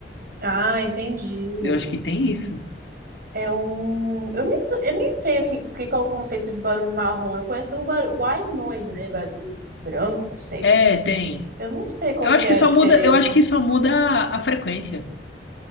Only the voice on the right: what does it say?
ah, entendi.
É um. Eu nem, sei- eu nem sei o que, que que é o conceito de barulho marrom. Eu conheço o bar... white noise, né? Barulho branco, não sei.
Eu não sei qual
que
é
a diferença.